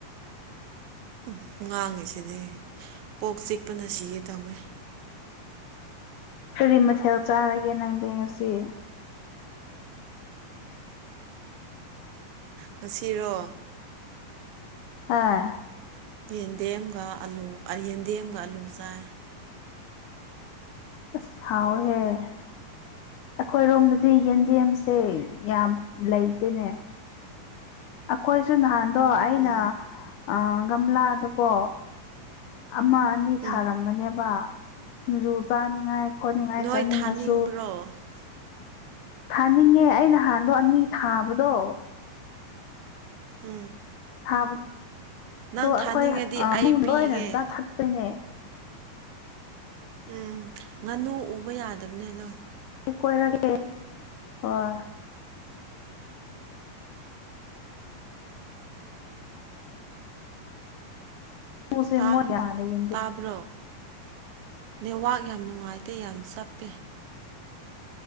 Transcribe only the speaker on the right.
ꯎꯝ ꯉꯥꯡꯉꯤꯁꯤꯗꯤ ꯄꯣꯛ ꯆꯤꯛꯄꯅ ꯁꯤꯒꯦ ꯇꯧꯋꯦ
ꯉꯁꯤꯔꯣ
ꯌꯦꯟꯗꯦꯝꯒ ꯑꯂꯨ ꯑꯥ ꯌꯦꯟꯗꯦꯝꯒ ꯑꯂꯨ ꯆꯥꯏ
ꯎꯝ
ꯎꯝ
ꯅꯣꯏ
<unintelligible>
ꯎꯝ
ꯅꯪ
ꯊꯥꯅꯤꯡꯉꯗꯤ
ꯑꯩ
ꯄꯤꯒꯦ
ꯎꯝ ꯉꯥꯅꯨ ꯎꯕ ꯌꯥꯗꯕꯅꯦ ꯑꯗꯣ
ꯇꯥ
ꯇꯥꯕ꯭ꯔꯣ ꯅꯦꯠꯋꯥꯛ ꯌꯥꯝ ꯅꯨꯡꯉꯥꯏꯇꯦ ꯌꯥꯝ ꯆꯞꯄꯦ